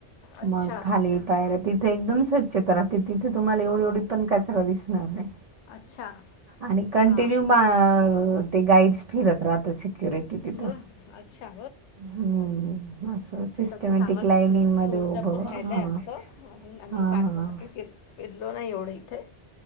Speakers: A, on the left; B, on the right.
A: अच्छा
B: मग खाली पायऱ्या तिथे एकदम स्वच्छता राहते तिथे तुम्हाला ऐवढ एवढी पण कचरा दिसणार नाय.
A: अच्छा
B: आणि कंटिन्यू
A: हा आमचा
B: म ते गाईडस फिरत राहतं सिक्युरिटी तिथं
A: बर अच्छा
B: हम्म असं सिस्टमॅटिक
A: तसं ते सांगत
B: लाईनीमध्ये
A: असतील तिथे तुळजापूर
B: उभं.
A: राहियलाय
B: हां.
A: आमचं म्हणून आम्ही
B: हां,
A: फारस
B: हां.
A: असं काही फिर फिरलो नाही एवढं इथे.